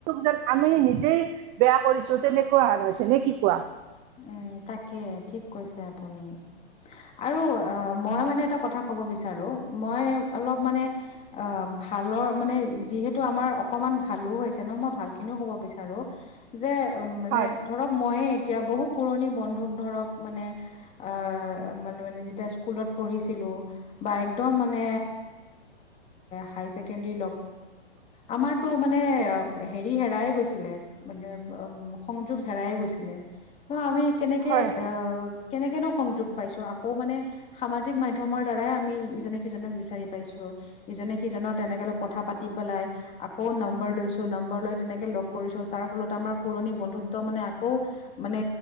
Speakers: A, on the right; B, on the left.
A: যেন আমি নিজেই বেয়া কৰিছো তেনেকুৱা হান হৈছে নে কি কোৱা
B: উম তাকে ঠিক কৈছে আপুনি। আৰু অঁ মই মানে এটা কথা ক'ব বিচাৰো মই অলপ মানে অঁ ভালৰ মানে যিহেতু আমাৰ অকমান ভালো হৈছে ন মই ভালখিনিও ক'ব বিচাৰো যে মানে
A: হয়
B: ধৰক মইয়ে এতিয়া বহুত পুৰণি বন্ধুক ধৰক মানে আহ মানে ম যেতিয়া স্কুলত পঢ়িছিলো বা একদম মানে হায়কড আমাৰটো মানে হে হ ছিলে মানে উ সংযোগ হেৰাই গৈছিলে। ত আমি কেনেকে
A: হয়
B: আহ কেনেকেনো সংযোগ পাইছো আকৌ মানে সামাজিক মাধ্যমৰ দ্বাৰাই আমি ইজনে সিজনক বিচাৰি পাইছো। ইজনে সিজনৰ তেনেকে কথা পাতি পেলাই আকৌ নম্বৰ লৈছো নম্বৰ লৈ তেনেকে লগ কৰি ত তাৰ ফলত আমাৰ পুৰণি বন্ধুত্ব মানে আকৌ মানে